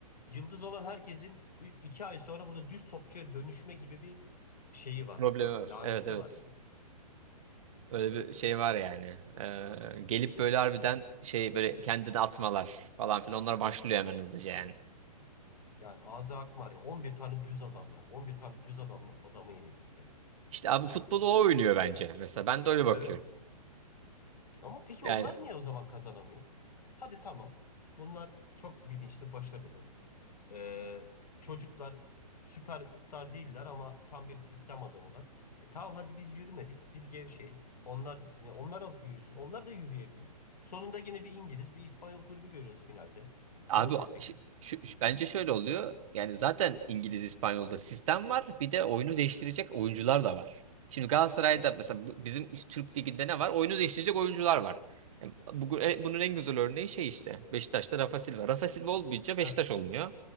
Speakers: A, on the left; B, on the right.
A: yıldız olan herkesin ü- 2 ay sonra burada düz topçuya dönüşme gibi bir şeyi var.
B: Problemi
A: E,
B: var.
A: Laneti
B: Evet evet.
A: var yani.
B: Öyle bir şey var yani. Ee, gelip böyle harbiden şey böyle kendini atmalar falan filan onlar başlıyor hemen hızlıca yani.
A: Yani Aza Akmar ya 11 tane düz adam ya. 11 tane düz adam adama yenildik ya.
B: İşte abi futbolu
A: Yani
B: o oynuyor bence. Mesela ben de öyle bakıyorum.
A: evet. Ama peki
B: Yani
A: onlar niye o zaman kazanamıyor? Hadi tamam. Bunlar çok bilinçli, başarılı. Ee, çocuklar süperstar değiller ama tam bir sistem adamılar. E tamam hadi biz yürümedik. Biz gevşeyiz. Onlar disiplin. Onlar alıp yürüsün. Onlar da yürüyemiyor. Sonunda yine bir İngiliz, bir İspanyol kulübü görüyoruz finalde.
B: Abi
A: Ne oluyor
B: şi-
A: peki?
B: şu, şu- bence şöyle oluyor. Yani zaten İngiliz İspanyol'da sistem var. Bir de oyunu değiştirecek oyuncular da var. Şimdi Galatasaray'da
A: Evet.
B: mesela bu- bizim Türk Ligi'nde ne var? Oyunu değiştirecek oyuncular var. Yani bu- e, bunun en güzel örneği şey işte. Beşiktaş'ta Rafa Silva. Rafa Silva olmayınca Beşiktaş
A: Evet.
B: olmuyor.